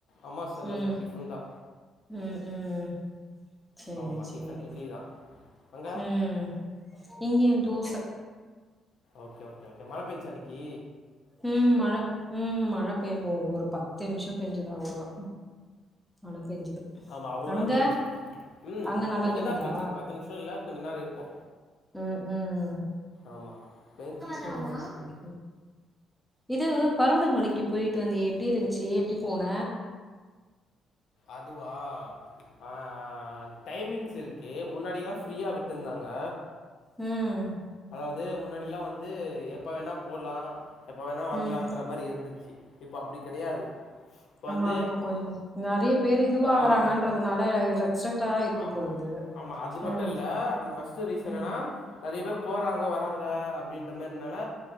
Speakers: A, on the left; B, in the centre.
A: அம்மா செல்ல
B: ம்
A: ஸோ டிபன் தா
B: ம் ம் சேரி
A: ஆமாம்மா
B: சேரி
A: டிஃபன் இட்லி தா அங்க
B: ம் இங்கயா தோச
A: ஓகே ஓகே ஓகே மழ பேஞ்ச்சா இன்னக்கி
B: ம் மழ ம் மழ பெய்ங்க ஒவ்வொரு பத்து நிமிஷோ பெஞ்சது அவ்ளோ தா மழ பெஞ்சுது
A: ஆமா அவ்ளோதா
B: அங்க
A: பேஞ்ச்சி ம்
B: அங்க நல்லா
A: கொஞ்ச
B: பெஞ்சுதா
A: நேரோ பேஞ்ச்சி பத்து நிமிஷோ இல்ல கொஞ்ச நேரோ இருக்கு
B: ம் ம்
A: ஆமா பேஞ்ச்சி விட்டுச்சி
B: சேரி சேரி இது பருவதமலைக்கு போயிட்டு வந்தியே எப்டி இருந்ச்சி எப்டி போன
A: அதுவா ஆ டைமிங்ஸ் இருக்கு முன்னாடில்லா ஃரீயா விட்டுருந்தாங் க
B: ம்
A: அது முன்னாடில்லா வந்து எப் எப்ப வேணா போலா எப்ப வேணா வரலான்ற
B: ம்
A: மாரி இருந்துச்சு இப்ப அப்டி கெடையாது இப்ப வந்
B: ஆ இப்போ கொஞ்ச நறைய பேரு இதுவாகறாங்கன்றதுனால
A: ஆமா
B: இ எக்ஸ்ட்ரக்ட தா இருக்கு
A: ஆமா
B: போலகுது
A: ஆமா அது மட்டும்
B: ம்
A: இல்ல அது ஃபர்ஸ்ட் ரீசன்
B: ம்
A: என்னனா நெறைய பேர் போறாங்க வராங் க அப்டின்ற மாரி என்னால